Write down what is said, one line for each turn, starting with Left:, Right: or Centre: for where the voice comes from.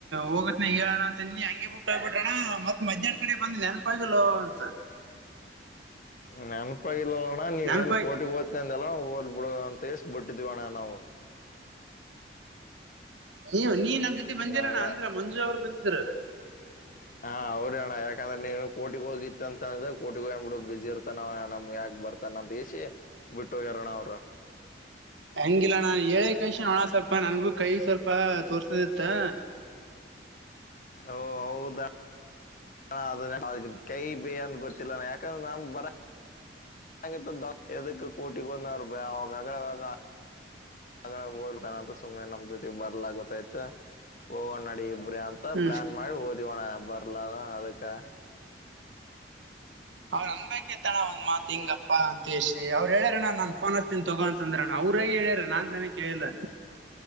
Right: ಹೋಗತ್ನ ಹೇಳಣ ತಂದನಿ ಹಂಗೆ ಬಿುಟ್ಟೋಗ್ಬ ಬಿಟ್ರಣ ಮತ್ ಮಧ್ಯಾಹ್ನದ್ ಕಡೆ ಬಂದಿಲ್ಲ ಯಾರು. ಬಂದಿಲ್ಲೊ ಅಂತ.
Left: ನೆನಪಾಗಿಲ್ಲೊಣ ನೀವ
Right: ನೆನಪಾಗಿ
Left: ಏನ್ ಕೋಟಿಗ್ ಹೊಗ್ತಿ ಅಂದಲ್ಲ ಹೊಗ್ಲಿ ಬಿಡು. ತೇಗಿಸ್ ಬಿಟ್ಟಿದೀವಣ್ಣ ನಾವು.
Right: ನೀವ ನೀ ನನ್ ಜೊತೆ ಬಂದಿಲ್ಲಣ್ಣ
Left: ನಾವೇ
Right: ಅಂದ್ರ ಮಂಜು ಅವರು ಬಂದಿದ್ರು
Left: ಹಾ ಅವ್ರ ಅಣ್ಣ ಯಾಕಂದ್ರ ನೀನು ಕೋಟಿಗ್ ಹೋಗಿತ್ತ ಅಂದ್ರ ಕೋಟಿ ಹೋಗ್ಯಾನ ಬಿಡು ಬಿಜಿ ಇರ್ತಾನವ ನಮಗೆ ಯಾಕೆ ಬರುತ್ತೆತ್ತಾನೆ. ತನ್ನ ದಸಿ ಬಿಟ್ಟು ಹೋಗ್ಯಾರ ಅಣ್ಣ ಅವರು.
Right: ಹಂಗಿಲ್ಲಾ ನಾನ್ ಹೇಳಿ ಕಳಿಸಿ ಅಣ್ಣ ನಂದು ಸ್ವಲ್ಪ ಕೈ ತೋರ್ಸೋದಿತ್ತು
Left: ಓ ಹೌದಾ ಹ ಅದ ಅ ಕೈ ಬಿೇ ಅಂದ ಗೊತ್ತಿಲ್ಲ ಯಾಕಂದ್ರೆ ನಮ್ ಬರ. <unintelligible> ಯದಕ್ಕ ಕೋರ್ಟ್ಗೆ <unintelligible> ಆ ಹೋಗ್ತಾನಂತ ಸುಮನೆ ನಮ್ ಜೊತೆಗೆ ಬರ್ಲಾಗತ್ತತ್ ಹೋಗೋಣ್ ನಡಿ ಇಬ್ರ ಅಂತ. ಮತ್ತ
Right: ಹ್ಮ್
Left: ಪ್ಲಾನ್ ಮಾಡಿ ಹೊದಿವೋಣ ಬರ್ಲ ಅದಕ್ಕೆ.
Right: ಅವ್ ಅನ್ ಬೈಕೇತಳ ಒಂದ್ ಮಾತ್ ಹಿಂಗಪ್ಪ ಅಂತ ಎಸಿ ಅವರು ಹೇಳ್ಯಾರಣ್ಣ ನನ್ ಫೋನ್ ಹಚ್ಚೋತೀನಿ ತಗೋಂತ. ತೊಂದ್ರಣ ಅವ್ರಾಗಿ ಹೇಳ್ಯಾರ ನಾನ್ ಅಂತ ಕೇಳಿದೆ.